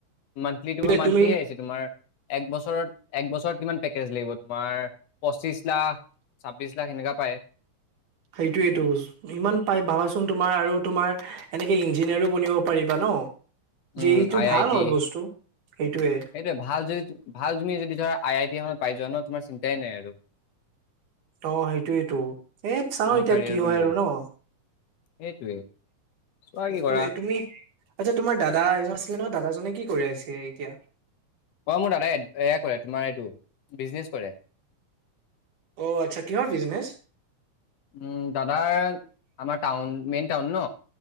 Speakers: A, on the left; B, on the right.
A: মান্থলিটো
B: সেইটোৱে।
A: আও মান্থলিয়ে
B: তুমি
A: আহিছে তোমাৰ - এক বছৰত এক বছৰত কিমান পেকেজ লাগিব তোমাৰ পঁচিশ লাখ ছাব্ববিছ লখ হেনেকা পায়।
B: সেইটোৱেটো সিমান পাই ভাবাচোন তোমাৰ আৰু তোমাৰ এনেকে ইঞ্জিনিয়াৰো বনিব পাৰিবা ন
A: উম,
B: জে ই টো
A: আই
B: ভাল
A: আই টি
B: হয় বস্তু সেইটোৱে।
A: সেইটোৱে ভাল যদি ভাল তুমি যদি ধৰা আই আই টি এখন পাই যোৱা ন তোমাৰ চিন্তাই নাই আৰু।
B: ত সেইটোৱেতো, এ চাও
A: তোমাৰ
B: এতিয়া
A: কেৰিয়াৰ
B: কি
A: বনি
B: হয়
A: গ'ল
B: আৰু ন?
A: সেইটোৱে। চোৱা
B: সেইটোৱে
A: কি কৰা।
B: তুমি, আচ্ছা তোমাৰ দাদা এজন আছিলে নহয়, দাদাজনে কি কৰি আছে এতিয়া?
A: অ মোৰ দাদাই এয়া কৰে তোমাৰ এইটো বিজনেচ কৰে।
B: অঁ আচ্ছা কিহৰ বিজনেছ?
A: উম দাদা আমাৰ টাউন মেইন টাউন ন